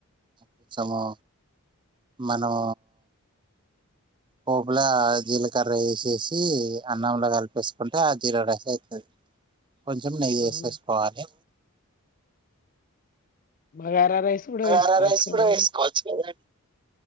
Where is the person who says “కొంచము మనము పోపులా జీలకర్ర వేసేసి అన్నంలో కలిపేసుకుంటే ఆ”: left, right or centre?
Right